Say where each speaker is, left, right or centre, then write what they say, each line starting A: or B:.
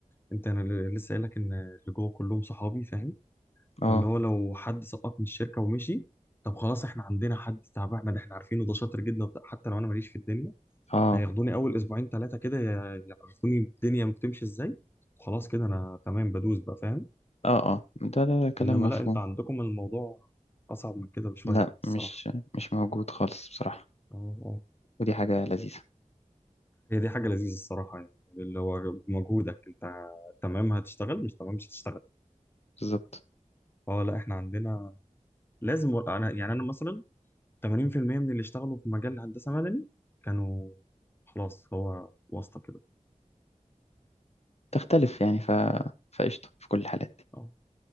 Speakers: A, on the left (about 15°); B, on the left (about 50°).
A: انت انا ل- لسه قايل لك ان اللي جوه كلهم صحابي فاهم
B: اه
A: فاللي هو لو حد سقط من الشركه ومشي طب خلاص احنا عندنا حد تعبان احنا احنا عارفينه ده شاطر جدا وبتاع، حتى لو انا ماليش في الدنيا
B: اه
A: هياخدوني اول اسبوعين ثلاثه كده ي- يعرفوني الدنيا بتمشي ازاي وخلاص كده انا تمام بدوس بقى فاهم
B: اه اه ده, ده, ده كلام
A: انما
B: مفهوم
A: لا انت عندكم الموضوع اصعب من كده بشويه
B: لا
A: يعني الصراحه
B: مش مش موجود خالص بصراحة
A: اه آه.
B: ودي حاجة لذيذة
A: هي دي حاجة لذيذة الصراحة يعني اللي هو بمجهودك انت تمام هتشتغل مش تمام مش هتشتغل
B: بالظبط
A: اه لا احنا عندنا لازم انا يعني انا مثلا 80% من اللي اشتغلوا في مجال هندسة مدني كانوا خلاص هو واسطة كده
B: تختلف يعني ف فقشطة في كل الحالات
A: اه